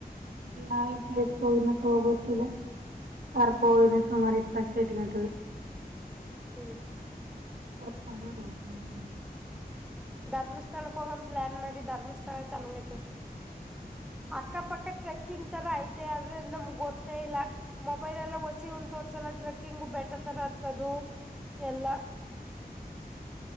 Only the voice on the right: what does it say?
ಯಾವೇ ಪ್ಲೇಸ್ ಹೋಗಿನ ಕವಾ ಗೊತ್ತಿಲ್ಲ? ಕರ್ಕೋಗಿದ್ನ ಸುಮಾರ ಇಪ್ಪತ್ತು ಸಿಟ್ ಗಂಟಲುವ
ಅಪ್ಪ ಹ ಹೋಗ <unintelligible>